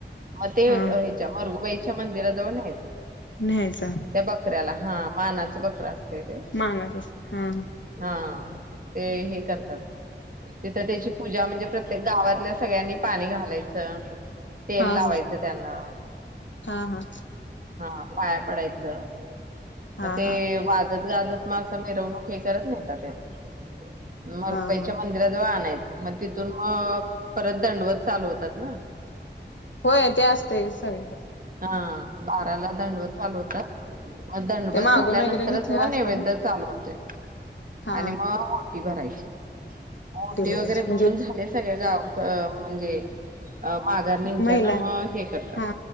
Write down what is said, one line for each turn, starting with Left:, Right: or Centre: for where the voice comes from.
Right: म ते
Left: हा
Right: ह्याच्यावर <unintelligible> च्या मंदिराजवळ न्यायचं त्याला.
Left: न्यायचं
Right: त्या बकऱ्याला हा मानाच बकरा असत
Left: मानाचा असत. हा
Right: हा ते हे करतात तिथ त्याची पूजा म्हणजे प्रत्येक गावातल्या सगळ्यांनी पाणी घालायचं. लावायचं
Left: हा
Right: त्यांना
Left: हा हा
Right: हा पाया पडायचं.
Left: हा
Right: म ते
Left: हा
Right: वा वाजत गाजत म अस मिरवणूक हे करत न्हेतात त्याला मरगुबाईच्या
Left: हा हा
Right: मंदिराजवळ आणायचं. म तिथून मग परत दंडवत चालू होतात ना
Left: होय ते असतय सग
Right: हा बाराला दंडवत आणून का मग दंडबत
Left: ते मागून
Right: झाल्यानंतरच
Left: वगैरे घेतलेलं
Right: मग नैवेद्य
Left: असतात ना
Right: चालू होतय
Left: हा
Right: आणि मग ओटी भरायची ओटी
Left: भरायची
Right: वगैरे
Left: म्हणजे
Right: भरुन झाले सगळे गावक म्हणजे अआ माघारणींच्या
Left: महिलांनी
Right: ना मग हे करतात.
Left: हा